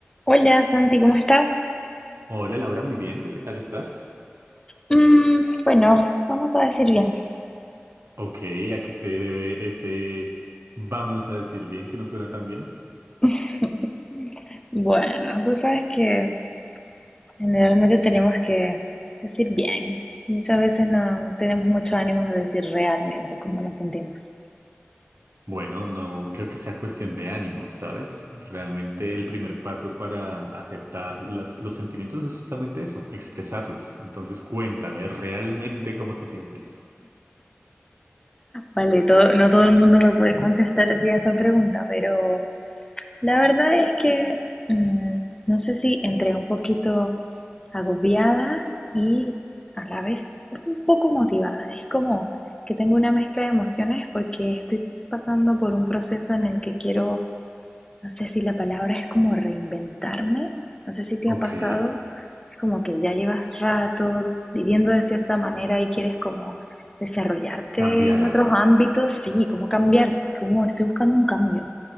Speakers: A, on the left; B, on the right.
A: Hola Santi, ¿cómo estás?
B: Hola Laura, muy bien, ¿tú qué tal estás?
A: Mm, bueno, vamos a decir bien.
B: Ok, ¿a qué se debe ese vamos a decir bien que no suena tan bien?
A: <laughs> Bueno, tú sabes que generalmente tenemos que decir bien. Muchas veces no, no tenemos mucho ánimo de decir realmente cómo nos sentimos.
B: Bueno, no creo que sea cuestión de ánimos, ¿sabes? Realmente el primer paso para aceptar las- los sentimientos es justamente eso, expresarlos. Entonces cuéntame realmente cómo te sientes.
A: Vale, todo- no todo el mundo me puede contestar así a esa pregunta, pero La verdad es que mm, no sé si entré un poquito agobiada y a la vez un poco motivada. Es como que tengo una mezcla de emociones porque estoy pasando por un proceso en el que quiero, no sé si la palabra es como reinventarme, no sé si te
B: Ok,
A: ha pasado, es como que ya llevas rato viviendo de cierta manera y quieres como desarrollarte
B: cambiar
A: en
B: algo.
A: otros ámbitos, sí, como cambiar, como estoy buscando un cambio.